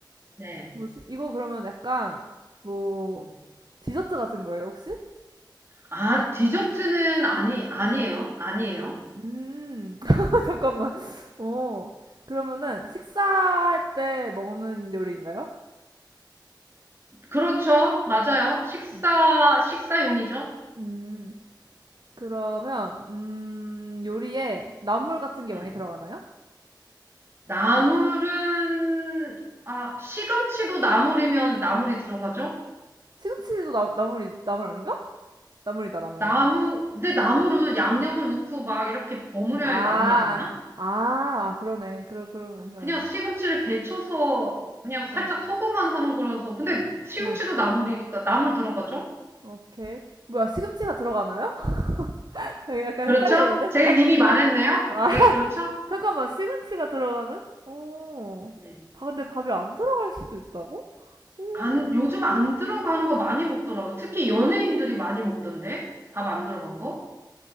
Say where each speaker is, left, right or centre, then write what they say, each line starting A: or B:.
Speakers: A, on the right; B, on the right.
A: 네.
B: 뭐지? 이거 그러면 약간 뭐
A: 응.
B: 디저트 같은 거예요, 혹시?
A: 아, 디저트는 아니, 아니에요. 아니에요.
B: 음. <laughs> 잠깐만. 어. 그러면은 식사할 때 먹는 요리인가요?
A: 그렇죠. 맞아요. 식사,
B: 음.
A: 식사용이죠.
B: 음. 그러면 음, 요리에 나물 같은 게
A: 음.
B: 많이 들어가나요?
A: 나물은, 아, 시금치도 나물이면 나물이 들어가죠?
B: 시금치도 나, 나물이 나물 아닌가? 나물이다, 나물,
A: 나물,
B: 나물.
A: 근데 나물은 양념을 넣고 막 이렇게 버무려야
B: 아.
A: 할 나물 아니야?
B: 아, 아, 그러네. 그러, 그러네, 그러네.
A: 그냥 시금치를 데쳐서 그냥 살짝
B: 어.
A: 소금만 하는 거라서. 근데 시금치도
B: 응,
A: 나물이니까 나물 들어가죠?
B: 오케이. 뭐야, 시금치가 들어가나요? <laughs> 약간
A: 그렇죠?
B: 헷갈리는데?
A: 제가 이미 말했네요?
B: 아,
A: 네,
B: <laughs>
A: 그렇죠?
B: 잠깐만, 시금치가 들어가는? 오,
A: 네.
B: 바, 근데 밥이 안 들어갈 수도 있다고? 오,
A: 안, 요즘 안 들어가는 거 많이 먹더라고. 특히 연예인들이 많이 먹던데? 밥 안 들어간 거?